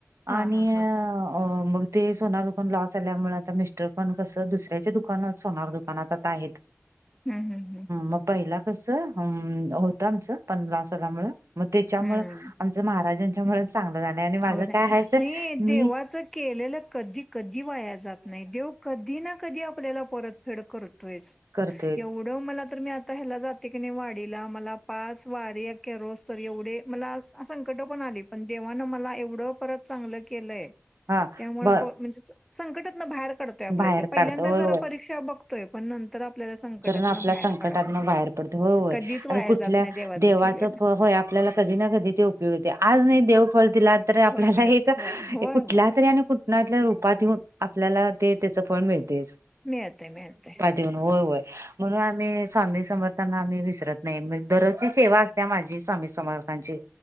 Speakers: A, in the centre; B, on the right.
A: हा
B: आणि अ
A: <inaudible>
B: मग ते सोनार दुकान लॉस झाल्यामुळे, आता मिस्टर पण कसं दुसऱ्याच्या दुकानात सोनार दुकानात आता आहेत.
A: <inaudible> हम्म
B: मग पहिलं कसं हं होतं आमचं, पण लॉस झाल्यामुळ मग त्याच्यामुळे
A: हम्म
B: आमच महाराजांच्यामुळे चांगलं झालं. आणि माझं
A: हो नाही.
B: काय आहे असं
A: नाही देवाचं
B: मी
A: केलेलं कधी कधी वाया जात नाही, देव कधी ना कधी आपल्याला परतफेड करतोय.
B: करतोय.
A: एवढ मला तर मी आता ह्याला जाते की नाही वाडीला, मला पाच वाऱ्या करोस्तवर एवढे मला संकट पण आली. पण देवान मला एवढं परत चांगलं केलंय.
B: हा
A: त्यामुळे
B: बर
A: म्हणजे संकटात न बाहेर पडतय आपल्या
B: बाहेर
A: तो. पहिल्यांदा
B: काढतो होय
A: जरा
B: होय
A: परीक्षा बघतोय. तोय, पण नंतर आपल्याला संकटातन
B: ना आपल्या
A: बाहेर
B: संकटातन
A: काढतोय,
B: बाहेर पडते होय होय
A: कधीच वाया
B: आणि कुठल्या
A: जात नाही देवाचं केलेलं.
B: होय आपल्याला कधी ना कधी ते उपयोग येतय. आज नाही देव फळ दिला तर मग तर आपल्याला
A: फळ मिळतंय
B: एक
A: होय होय
B: कुठला
A: होय
B: तरी आणि कुट् टल्या तर रूपात येऊन, आपल्याला ते त्याच फळ मिळतय.
A: मिळतंय मिळतय.
B: देऊन हो होय, म्हणून आमी स्वामी र्समर्थांना आम्ही विसरत नाई. मी दररोजची सेवा असत्या माझी स्वामी समर्थ ची